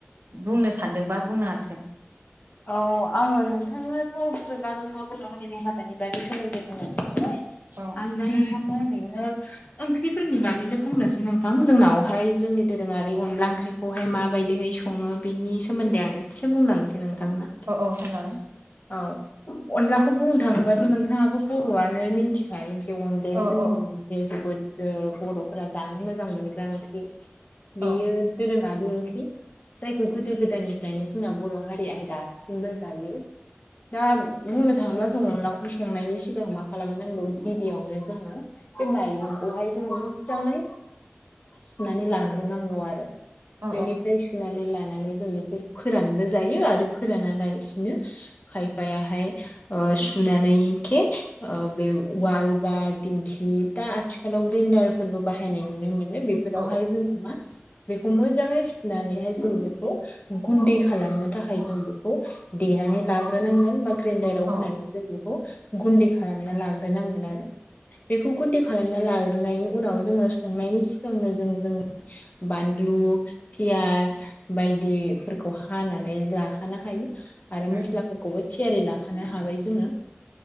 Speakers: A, on the right (about 60°); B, on the left (about 40°).
A: बुंनो सानदोंबा बुंनो हासिगोन
B: औ आङो नोंथांनोथ' जों नोंथाङा बर' हारिनि हाबानि बागै सोमोनदै बुङो नालाय
A: औ
B: आं दा नोंथांनो ओरैनो ओं बे फोरनि बागैनो बुंनोसै नोंथां जोंनावहाय जोंनि दोरोङारि अनला ओंख्रिखौहाय माबायदिहाय सङो बिनि सोमोन्दै आं एसे बुंलांनोसै नोंथांनो
A: औ औ होननानै
B: औ अनलाखौ बुंनो थाङोबाथ' नोंथाङाबो बर'आनो मिनथिखायो अनला
A: औ
B: जोंनि
A: औ
B: लोगोसे जोबोद ओ बर'फोरा जानो मोजां मोनग्रा ओंख्रि
A: औ
B: बेयो दोरोङारि ओंख्रि जायखौ गोदो गोदायनिफ्रायनो जोंना बर' हारि रियाहाय दासिमबो जायो दा बुंनो थाङोब्ला जों अनलाखौ संनायनि सिगां मा खालामनांगौ गिबियावनो जोङो बे माइरंखौहाय जों मोजाङै सुनानै लांग्रोनांगौ आरो
A: औ
B: बेनिफ्राय सुनानै लानानै जों बेखौ फोरानबो जायो आरो फोराना लासिनो खायफायाहाय अ सुनानै के ओ बे उवाल बा दिंखि दा आथिखालाव ग्रिन्डार फोरबो बाहायनाय नुनो मोनो बेफोरावहाय
A: औ
B: जोङो मा बेखौ मोजाङै सुनानैहाय जों बेखौ गुन्दै खालामनो थाखाय जों बेखौ देनानै लाग्रोनांगोन बा ग्रेन्डाराव
A: औ
B: होनानै जों बेखौ गुन्दै खालामना लाग्रोनांगोन आरो बेखौ कन्टे खालामना लाग्रोनायनि उनाव जोङो संनायनि सिगांनो जों जों बानलु लु फियास बायदि फोरखौ हानानै लाखानो हायो आरो
A: उम
B: मस्लाफोरखौबो थियारि लाखानो हाबाय जोङो